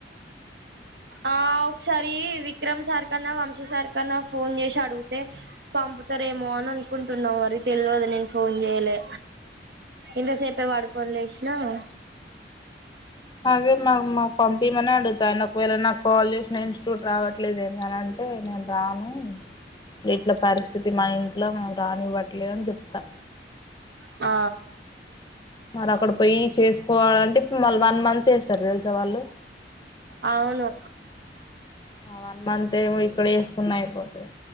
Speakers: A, on the right; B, on the left.
A: ఆ ఒకసారి విక్రమ్ సార్ కన్నా వంశీ సార్ కన్నా ఫోన్ చేసి అడిగితే పంపుతారేమో అని అనుకుంటున్నా మరి తెలువదు నేను ఫోన్ చేయలే ఇంతసేపే పడుకోని లేసినా అ
B: అదే మా మా పంపి మనే ఆడు తా ఒకవేళ నాకు కాల్ చేసిన ఇన్స్టిట్యూట్ రావట్లేదు ఏందని అంటే నేను రాను ఇట్ల పరిస్థితి మా ఇంట్ల మేము రానివ్వట్లేదని చెప్తా
A: ఆ
B: మరక్కడ పోొయి చేసుకోవాలంటే ఇప్ మళ్ వన్ మంత్ చేస్తారు తెలుసా వాళ్ళు
A: అవును
B: వన్ మంత్ ఏమో ఇక్కడ చేసుకున్న అయిపోతది